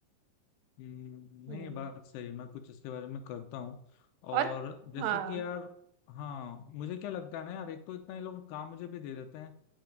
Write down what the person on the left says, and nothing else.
हम्म,
नहीं बात सही है मैं कुछ इसके बारे में करता हूँ
और जैसे
कि यार हाँ मुझे क्या लगता है ना यार एक तो इतना ये लोग काम मुझे भी दे देते हैं